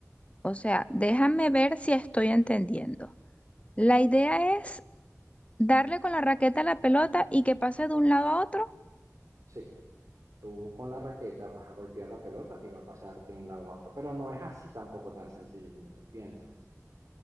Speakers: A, on the left; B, on the right.
A: O sea, déjame ver si estoy entendiendo. La idea es Darle con la raqueta a la pelota y que pase de un lado a otro.
B: Sí, tú con la raqueta vas a golpear la pelota y va a pasarte de un lado a otro. Pero no es así tampoco tan sencillo como tú piensas.